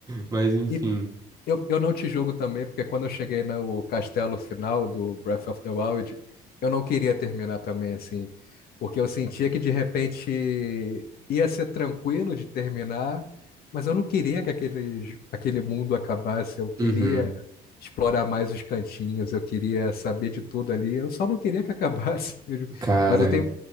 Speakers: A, on the right; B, on the left.
A: Mas enfim.
B: E Eu, eu não te julgo também, porque quando eu cheguei no castelo final do Breath of the Wild, eu não queria terminar também, assim, porque eu sentia que de repente ia ser tranquilo de terminar, mas eu não queria que aquele, aquele mundo acabasse, eu queria
A: Uhum.
B: explorar mais os cantinhos, eu queria saber de tudo ali, eu só não queria que acabasse. <laughs>
A: Cara,
B: Mas eu tenho